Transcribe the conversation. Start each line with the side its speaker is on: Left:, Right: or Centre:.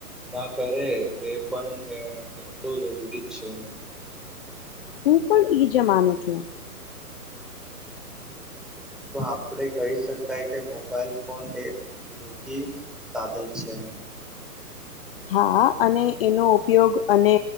Centre: ના કરે એ પણ એટલું જરૂરી જ છે.
Left: હું પણ ઈ જ માનો છું.
Centre: તો આપણે કહી શકાય કે મોબાઈલ ફોન એ ઉપયોગી સાધન છે.
Left: હા અને એનો ઉપયોગ અને